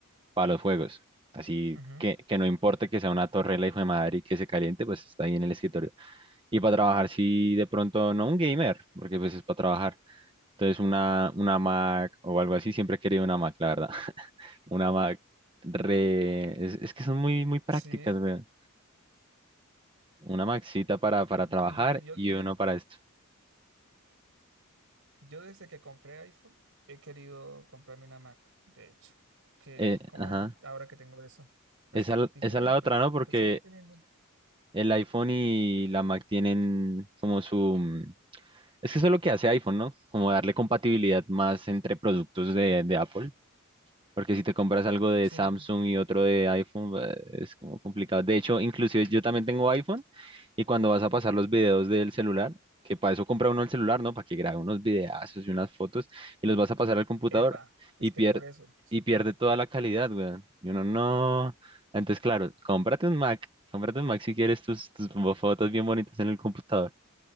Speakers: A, on the right (about 25°); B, on the right (about 65°).
A: para los juegos. Así
B: Ujú.
A: que, que no importe que sea una torre la hijo de madre y que se caliente, pues está ahí en el escritorio. Y para trabajar, si de pronto, no un gamer, porque pues es para trabajar. Entonces una, una Mac o algo así, siempre he querido una Mac, la verdad. <laughs> Una Mac re... Es, es que son muy, muy prácticas,
B: Sí,
A: weón. Una Maxita para, para
B: mm,
A: trabajar
B: yo,
A: y
B: yo,
A: uno para esto.
B: yo desde que compré iPhone he querido comprarme una Mac, de hecho, que
A: Eh,
B: como
A: ajá.
B: ahora que tengo eso, pues
A: Esa, l-
B: dije,
A: esa
B: bueno,
A: es la otra,
B: pues para
A: ¿no? Porque
B: seguir teniendo.
A: el iPhone y la Mac tienen como su... mm, Es que eso es lo que hace iPhone, ¿no? Como darle compatibilidad más entre productos de, de Apple. Porque si te compras algo de
B: Sí,
A: Samsung y otro de iPhone, eh, es como complicado. De hecho, inclusive yo también tengo iPhone y cuando vas a pasar los videos del celular, que para eso compra uno el celular, ¿no? Para que grabe unos videazos y unas fotos y los vas a pasar al computador
B: epa, es
A: y pierde,
B: que es por eso.
A: y pierde toda la calidad, weón. Y uno no. Entonces, claro, cómprate un Mac, cómprate un Mac si quieres tus, tus fotos bien bonitas en el computador.